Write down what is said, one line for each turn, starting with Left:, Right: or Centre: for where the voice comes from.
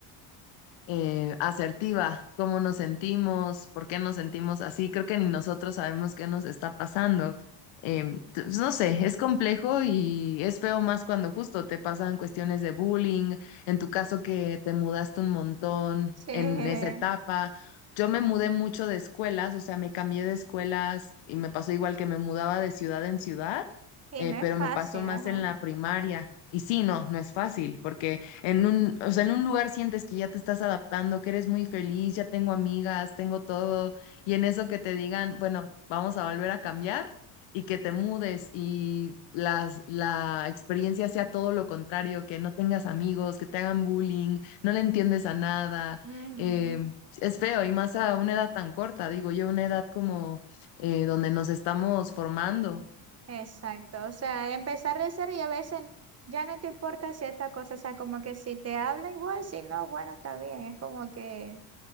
Left: eh, asertiva, cómo nos sentimos, por qué nos sentimos así. Creo que ni nosotros sabemos qué nos está pasando. Em, t- pues, no sé, es complejo y es feo más cuando justo te pasan cuestiones de bullying, en tu caso que te mudaste un montón
Right: Sí,
Left: en esa etapa. Yo me mudé mucho de escuelas, o sea, me cambié de escuelas y me pasó igual que me mudaba de ciudad en ciudad,
Right: y
Left: eh,
Right: no es
Left: pero
Right: fácil,
Left: me pasó más
Right: ajá.
Left: en la primaria. Y sí, no, no es fácil, porque en un, o sea, en un lugar sientes que ya te estás adaptando, que eres muy feliz, ya tengo amigas, tengo todo, y en eso que te digan, bueno, vamos a volver a cambiar y que te mudes y las, la experiencia sea todo lo contrario, que no tengas amigos, que te hagan bullying, no le entiendes a nada,
Right: Ujú.
Left: eh, es feo y más a una edad tan corta, digo yo, una edad como eh, donde nos estamos formando.
Right: Exacto, o sea, empezar de cero y a veces ya no te importa cierta cosa, o sea, como que si te habla igual, si no, bueno, está bien, es como que,